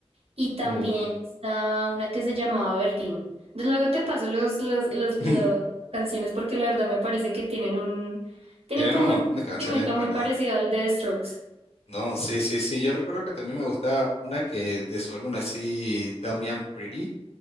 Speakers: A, on the right; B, on the left.
A: Y también
B: Uh,
A: estaba una que se llamaba Verdín. De- Luego te paso los, los, los-
B: <laughs>
A: lo- las canciones porque la verdad me parece que tienen un, tienen
B: tienen
A: como
B: un montón
A: un sentimiento
B: de canciones buenas.
A: muy parecido al de Strokes.
B: No, sí, sí, sí. Yo recuerdo que también me gustaba una que de su álbum así, Tell Me I'm Pretty,